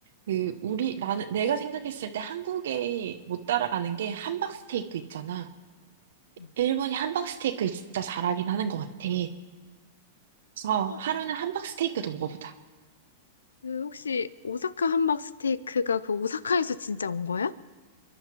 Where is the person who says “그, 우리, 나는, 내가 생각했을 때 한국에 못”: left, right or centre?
Right